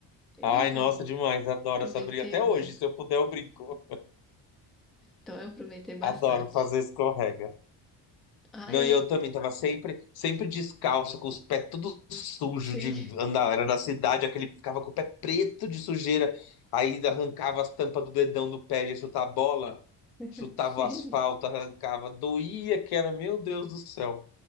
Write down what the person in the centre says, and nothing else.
E
ó,
aproveitei
muito.
Então eu aproveitei bastante.
Ah,
é,
sim,
<laughs>
sim.